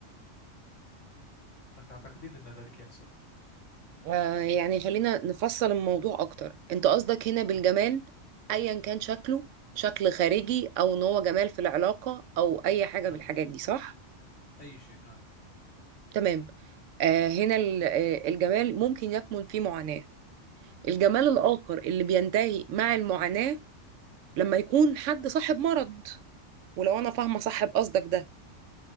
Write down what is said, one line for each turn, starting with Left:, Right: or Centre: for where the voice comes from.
Left: أتعتقدين أن ذلك يحصل
Right: آه يعني خلينا نفصل الموضوع اكتر انت قصدك هنا بالجمال
Left: تمام
Right: ايا كان شكله شكل خارجي او ان هو جمال في العلاقة او اي حاجة
Left: نعم
Right: بالحاجات دي صح
Left: أي شيء نعم
Right: تمام آه هنا ال- آه، الجمال ممكن يكمن فيه معاناة الجمال الاخر اللي بينتهي مع المعاناة لما يكون حد صاحب مرض ولو انا فاهمة صاحب قصدك ده